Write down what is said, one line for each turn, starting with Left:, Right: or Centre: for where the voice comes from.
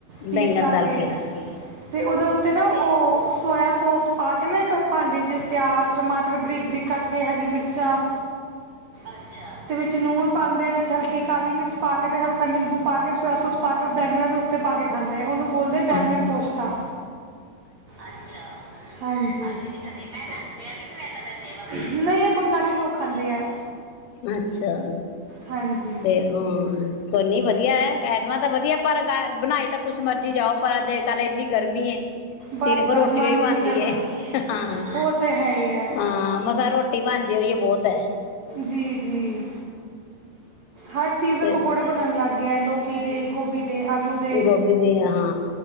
Right: ਪੀਸ
Left: ਬੈਂਗਣ
Right: ਕਰਕੇ
Left: ਤਲ ਕੇ
Right: ਤੇ ਉਹਦੇ ਉੱਤੇ ਨਾ ਉਹ ਸੋਇਆ ਸੋਸ ਪਾ ਕੇ ਨਾ ਇੱਕ ਭਾਂਡੇ ਚ ਪਿਆਜ, ਟਮਾਟਰ ਬਟਰ ਬਰੀਕ-ਬਰੀਕ ਕੱਟ ਕੇ ਹਰੀ ਮਿਰਚਾਂ ਅੱਛਾ, ਤੇ ਵਿੱਚ ਚ ਨੂਨ ਪਾਂਦੇ ਆ ਵਿੱਚ ਹਲਕੀ ਕਾਲੀ ਮਿਰਚ ਪਾ ਕੇ ਤੇ ਹਲਕਾ ਨਿੰਬੂ ਪਾ ਕੇ ਤੇ ਸੋਇਆ ਸੌਸ ਪਾ ਕੇ ਬੈਂਗਣਾ ਦੇ ਉੱਤੇ ਪਾ ਕੇ ਖਾਂਦੇ ਆ ਉਹਨੂੰ ਬੋਲਦੇ ਬੈਗਣ
Left: ਹਾਂ
Right: ਪੋਸ਼ਤਾ ਅੱਛਾ, ਅਸੀਂ ਤੇ ਕਦੇ, ਮੈਂ ਨਾ, ਮੈਂ ਤਾਂ ਸੁਣਿਆ ਵੀ ਨਹੀਂ ਮੈਂ ਤਾਂ ਇਹ ਵਾਲਾ, ਨਹੀਂ ਇਹ ਬੰਗਾਲੀ ਲੋਕ ਖਾਂਦੇ ਆ
Left: ਅੱਛਾ
Right: ਹਾਂਜੀ
Left: ਤੇ ਹੋਰ ਕੋਈ ਨੀ ਵਧੀਆ ਆਈਟਮਾਂ ਤਾਂ ਵਧੀਆ ਪਰ ਬਣਾਈ ਤਾਂ ਕੁੱਛ ਮਰਜੀ ਜਾਓ ਪਰ ਅੱਜ ਕੱਲ ਇੰਨੀ ਗਰਮੀ
Right: ਬਸ
Left: ਸਿਰਫ਼
Right: ਬਸ
Left: ਰੋਟੀਓ
Right: ਮਨ
Left: ਹੀ ਬਣਦੀ
Right: ਨਹੀਂ ਕਰਦਾ
Left: ਹਾਂ
Right: ਉਹ ਤੇ ਹੈ ਹੀ ਹੈ
Left: ਹਾਂ ਮਸਾਂ ਰੋਟੀ ਬਣ ਜਾਏ ਓਹੀਓ ਬਹੁਤ ਏ
Right: ਜੀ ਜੀ ਹਰ ਚੀਜ਼
Left: ਤੇ
Right: ਪਕੌੜੇ ਬਣਾਣ ਲੱਗ ਗਈ ਲੋਕੀ ਦੇ ਗੋਭੀ ਦੇ ਆਲੂ ਦੇ
Left: ਗੋਭੀ ਦੀ ਹਾਂ